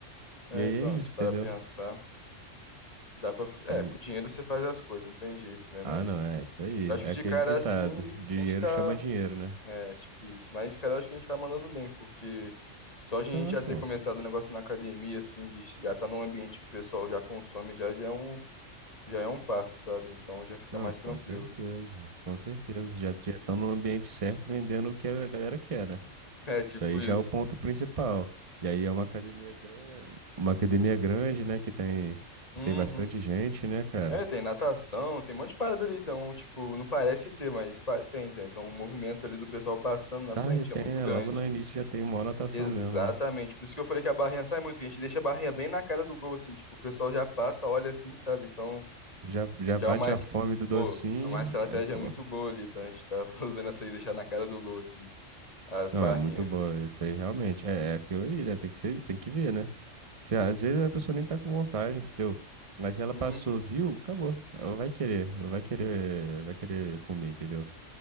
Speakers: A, on the left (about 30°); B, on the right (about 30°).
A: É,
B: E aí
A: então,
B: é isso,
A: se para
B: entendeu?
A: pensar, dá para, é,
B: Aí,
A: com dinheiro você faz as coisas, não tem jeito, né? Mas
B: ah, não, é isso aí.
A: eu acho
B: É
A: que de
B: aquele
A: cara
B: ditado,
A: assim,
B: dinheiro
A: a gente tá,
B: chama dinheiro, né?
A: é, tipo isso, mas de cara eu acho que a gente tá mandando bem, porque só de
B: Tá,
A: a gente já
B: pô.
A: ter começado o negócio na academia assim, de já tá num ambiente que o pessoal já consome, já já é um, já é um passo, sabe? Então já fica
B: Não,
A: mais
B: com
A: tranquilo.
B: certeza, com certeza. Já já estão no ambiente certo vendendo o que a galera quer, né?
A: <laughs> É, tipo
B: Isso aí já
A: isso.
B: é o ponto principal. E aí é uma academia grande, uma academia grande, né, que tem que
A: Uhum.
B: tem bastante gente, né, cara?
A: É, tem natação, tem um monte de parada ali, então, tipo, não parece ter, mas pa- tem, tem. Então, o movimento ali do pessoal passando na
B: Tá,
A: frente
B: tem,
A: é muito
B: né?
A: grande.
B: Logo no início já tem uma anotação
A: Exatamente.
B: mesmo, né?
A: Por isso que eu falei que a barrinha sai muito, que a gente deixa a barrinha bem na cara do gol, assim, tipo, o pessoal já passa, olha assim, sabe? Então,
B: Já já
A: já
B: bate
A: é uma, es-
B: a fome do docinho,
A: pô, é uma estratégia
B: aí, pô.
A: muito boa ali, tá? A gente tá <laughs> usando essa aí, deixar na cara do gol, assim, as
B: Não,
A: barrinhas.
B: é muito boa, isso aí realmente é, é aquilo ali, né? Tem que ser, tem que ver, né? Se, às vezes a pessoa nem tá com vontade, entendeu? Mas ela
A: Uhum.
B: passou, viu? Acabou. Ela vai querer, ela vai querer, vai querer comer, entendeu?